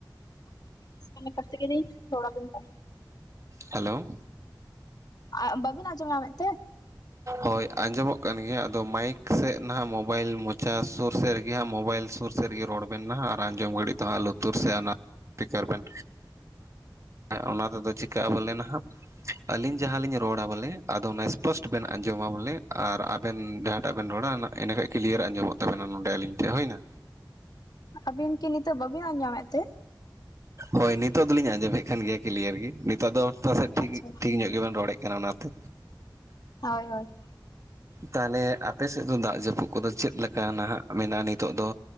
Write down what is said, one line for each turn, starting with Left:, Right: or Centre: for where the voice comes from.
Left: <unintelligible> ᱠᱟᱛᱮ ᱜᱤᱞᱤᱥ ᱨᱚᱲ ᱟᱵᱤᱱ ᱠᱟᱱᱟ᱾
Right: ᱦᱮᱞᱳ,
Left: ᱟᱜ ᱵᱟᱹᱵᱤᱱ ᱟᱡᱚᱢ ᱧᱟᱢ ᱮᱫ ᱛᱮ?
Right: ᱦᱳᱭ ᱟᱸᱡᱚᱢᱚᱜ ᱠᱟᱱ ᱜᱮᱭᱟ ᱟᱫᱚ ᱢᱟᱭᱤᱠ ᱥᱮᱫ ᱱᱟᱸᱜ ᱢᱳᱵᱟᱭᱤᱞ ᱢᱚᱪᱟ ᱥᱩᱨ ᱥᱮᱫ ᱨᱮᱜᱮ ᱦᱟᱸᱜ ᱢᱳᱵᱟᱭᱤᱞ ᱥᱩᱨ ᱥᱮ ᱨᱮᱜᱮ ᱨᱚᱲ ᱵᱮᱱ ᱦᱟᱸᱜ ᱟᱨ ᱟᱸᱡᱚᱢ ᱜᱷᱟᱹᱲᱤᱡ ᱫᱚ ᱦᱟᱸ ᱞᱩᱛᱩᱨ ᱥᱮᱫ ᱴᱤᱠᱟᱨ ᱵᱮᱱ᱾ ᱚᱱᱟ ᱛᱮᱫᱚ ᱪᱤᱠᱟᱹᱼᱟ ᱵᱚᱞᱮ ᱱᱟᱦᱟᱜ ᱟᱞᱤᱧ ᱡᱟᱦᱟᱸ ᱞᱤᱧ ᱨᱚᱲᱟ ᱵᱚᱞᱮ ᱟᱫᱚ ᱚᱱᱟ, ᱯᱳᱥᱴ ᱵᱮᱱ ᱟᱸᱡᱚᱢᱟ ᱵᱚᱞᱮ ᱟᱨ ᱟᱵᱮᱱ ᱡᱟᱦᱟᱸᱴᱟᱜ ᱵᱮᱱ ᱨᱚᱲᱟ ᱱᱟᱜ ᱤᱱᱟᱹ ᱠᱷᱟᱱ ᱠᱞᱤᱭᱟᱨ ᱟᱸᱡᱚᱢᱚᱜ ᱛᱟᱵᱮᱱᱟ ᱱᱚᱸᱰᱮ ᱟᱞᱤᱧᱴᱷᱮᱱ ᱦᱩᱭᱱᱟ᱾
Left: ᱟᱹᱵᱤᱱ ᱠᱤ ᱱᱤᱛᱚᱜ ᱵᱟᱹᱵᱤᱱ ᱟᱸᱡᱚᱢᱮᱫ ᱛᱮ?
Right: ᱦᱳᱭ ᱱᱤᱛᱚᱜ ᱫᱚᱞᱤᱧ ᱟᱸᱡᱚᱢᱮᱫ ᱠᱟᱱ ᱜᱮᱭᱟ ᱠᱞᱤᱭᱟᱨ ᱜᱮ᱾ <unintelligible> ᱴᱷᱤᱠ
Left: ᱟᱪᱪᱷᱟ
Right: ᱴᱷᱤᱠ ᱧᱚᱜ ᱜᱮᱵᱮᱱ ᱨᱚᱲᱮᱫ ᱠᱟᱱᱟ ᱚᱱᱟᱛᱮ᱾
Left: ᱦᱳᱭ <inaudible>
Right: ᱛᱟᱦᱚᱞᱮ ᱟᱯᱮᱥᱮᱫ ᱫᱚ ᱫᱟᱜ ᱡᱟᱹᱯᱩᱫ ᱠᱚᱫᱚ ᱪᱮᱫ ᱞᱮᱠᱟ ᱱᱟᱦᱟᱜ ᱢᱮᱱᱟᱜᱼᱟ ᱱᱤᱛᱚᱜ ᱫᱚ